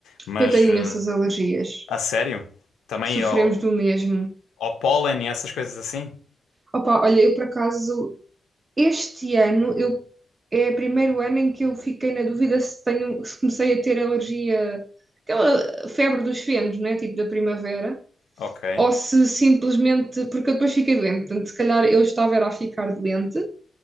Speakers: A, on the left; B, on the right.
A: mas
B: eu tenho
A: eh,
B: imensas alergias.
A: a sério, também
B: Sofremos
A: ao,
B: do mesmo.
A: ao pólen e essas coisas assim?
B: Opa, olha, eu por acaso, este ano, eu, é o primeiro ano em que eu fiquei na dúvida se tenho, se comecei a ter alergia, aquela febre dos fenos, né? Tipo da primavera.
A: Ok.
B: Ou se simplesmente, porque eu depois fiquei doente, portanto, se calhar eu estava era a ficar doente